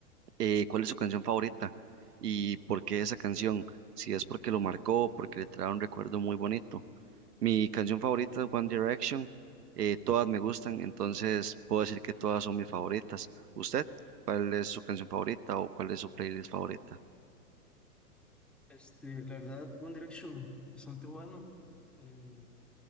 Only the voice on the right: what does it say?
eh, cuál es su canción favorita y por qué esa canción, si es porque lo marcó, porque le trae un recuerdo muy bonito. Mi canción favorita es One Direction, eh, todas me gustan, entonces puedo decir que todas son mis favoritas. ¿Usted cuál es su canción favorita o cuál es su playlist favorita?